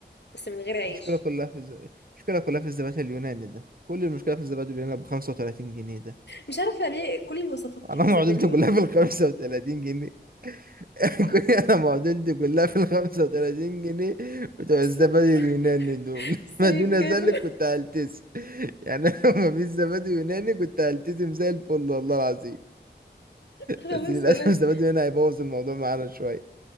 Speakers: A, on the left (about 75°); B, on the right (about 55°).
A: بس من غير عيش
B: المشكلة كلها في الز... المشكلة كلها في الزبادي اليوناني ده كل المشكلة في الزبادي اليوناني ب 35 جنيه ده
A: مش عارفة ليه كل الوصفات كانت
B: انا معضلته
A: زبادي يوناني
B: كلها في ال 35 جنيه <laughs>
A: آه.
B: كل انا معدلتي كلها في ال 35 جنيه بتوع
A: <laughs>
B: الزبادي اليوناني دول
A: سيف
B: <laughs> ما دون ذلك
A: كامل <laughs>
B: كنت هلتزم يعني <laughs> انا لو ما فيش زبادي يوناني كنت هلتزم زي الفل والله العظيم
A: خلاص
B: بس للاسف
A: بلاش
B: الزبادي اليوناني هيبوظ الموضوع معانا شويه